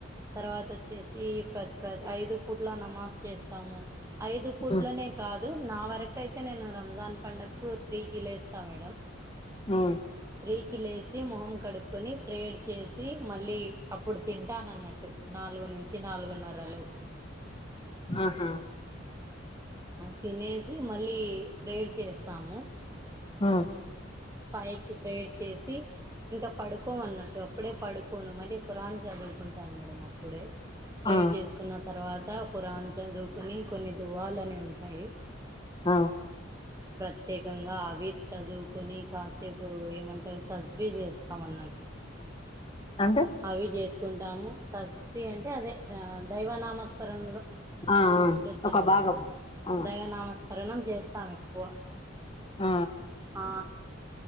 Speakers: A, on the right; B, on the left.
A: తర్వాత వచ్చేసి ఐదు పూట్ల నమాజ్ చేస్తాము ఐదు పూట్లనే
B: ఉమ్,
A: కాదు నా వరకు అయితే నేను రంజాన్ పండగకు త్రీ కి లేస్తా మేడం
B: ఆ
A: త్రీ కి లేసి మొహం కడుకొని ప్రేయర్ చేసి మళ్ళీ అప్పుడు తింటాను అన్నట్టు నా నాలుగు నుంచి నాలుగున్నరల లోపు
B: ఆహా
A: తినేసి మళ్ళీ ప్రేయర్ చేస్తాము
B: ఆ
A: ఫైవ్ కి ప్రేయర్ చేసి ఇంకా పడుకోము అన్నట్టు అప్పుడే పడుకోను మళ్ళీ ఖురాన్ చదువుకుంటాను మేడం అప్పుడే ప్రేయర్
B: ఆ
A: చేసుకున్న తర్వాత ఖురాన్ చదువుకుని కొన్ని దువాలని ఉంటాయి
B: ఆ
A: ప్రత్యేకంగా అవి చదువుకుని కాసేపు ఏమంటారు తస్బీ చేస్తాంన్నట్టు
B: అంటే
A: అవి చే కుంటాము తస్బి అంటే అదే దైవ నామస్పరణ
B: ఆ ఆ
A: చేస్తాం
B: ఒక
A: కదా
B: భాగం
A: మేడం
B: ఆ
A: దైవనామస్మరణ చేస్తాం ఎక్కువ
B: ఆ
A: ఆ